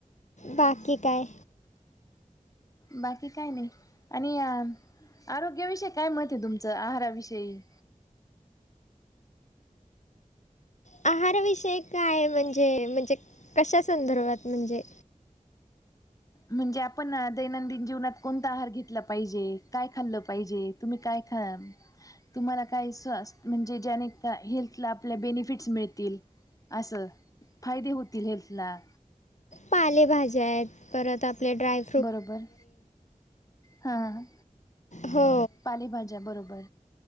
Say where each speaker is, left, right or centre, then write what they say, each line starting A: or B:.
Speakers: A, on the left; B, on the left.
A: बाकी काय
B: बाकी काय नाही आणि आरोग्याविषयी काय म्हहत तुमचं आहाराविषयी
A: आहारविषय काय म्हणजे म्हणजे कशा संदर्भात म्हणजे
B: म्हणजे आपण ना दैनंदिन जीवनात कोणता आहार घेतला पाहिजे काय खाल्लं पाहिजे तुम्ही काय खा तुम्हाला काही स्वास् म्हणजे ज्याने का हेल्थला आपल्या बेनिफिट्स मिळतील असं फायदे होतील हेल्थला
A: पालेभज्या आहेत परत आपले ड्राय
B: बरोबर हां
A: हो
B: पालेभाज्या बरोबर